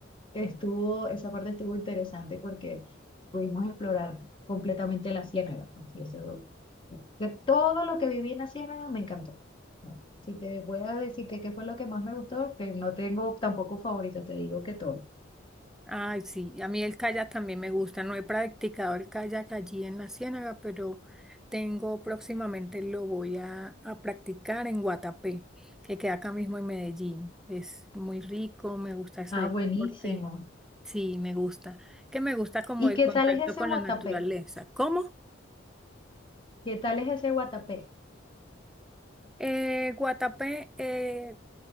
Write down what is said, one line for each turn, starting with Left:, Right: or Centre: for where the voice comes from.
Left: estuvo, esa parte estuvo interesante porque pudimos explorar completamente la ciénaga, pues, y eso, de todo lo que viví en la ciénaga me encantó. Si te voy a decir que qué fue lo que más me gustó, que no tengo tampoco favorito, te digo que todo.
Centre: Ay, sí, a mí el kayak también me gusta. No he practicado el kayak allí en la Ciénaga, pero tengo próximamente lo voy a, a practicar en Guatapé, que queda acá mismo en Medellín. Es muy rico, me gusta ese
Left: Ah,
Centre: deporte.
Left: buenísimo.
Centre: Sí, me gusta. Que me gusta como
Left: ¿Y
Centre: el
Left: qué
Centre: contacto
Left: tal es ese
Centre: con
Left: guatapé?
Centre: la naturaleza. ¿Cómo?
Left: ¿Qué tal es ese guatapé?
Centre: Eh, Guatapé, eh,